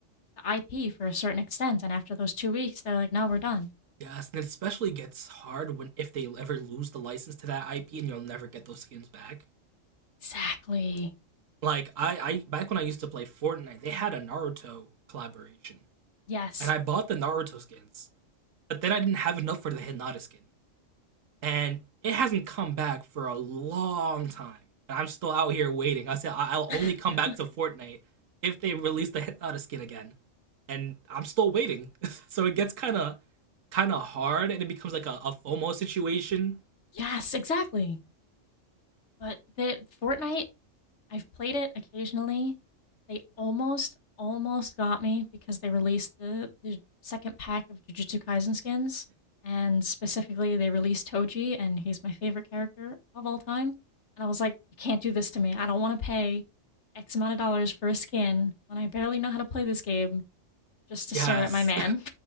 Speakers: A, on the left; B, on the right.
A: the IP for a certain extent, and after those two weeks, they're like, "No, we're done."
B: Yes, and it especially gets hard when if they ever lose the license to that IP and you'll never get those skins back.
A: Exactly.
B: Like I,
A: What?
B: I back when I used to play Fortnite, they had a Naruto collaboration,
A: Yes.
B: and I bought the Naruto skins, but then I didn't have enough for the Hinata skin. and it hasn't come back for a long time. And I'm still out here waiting. I said I- will only
A: <laughs>
B: come back to Fortnite if they release the Hinata skin again, and I'm still waiting. <laughs> so it gets kind of kind of hard, and it becomes like a, a FOMO situation.
A: yes, exactly. But the Fortnite, I've played it occasionally. They almost, almost got me because they released the, the second pack of Jujutsu Kaisen skins, and specifically, they released Toji, and he's my favorite character of all time. And I was like, "You can't do this to me. I don't want to pay." X amount of dollars for a skin when I barely know how to play this game just to
B: Yes,
A: stare at my man.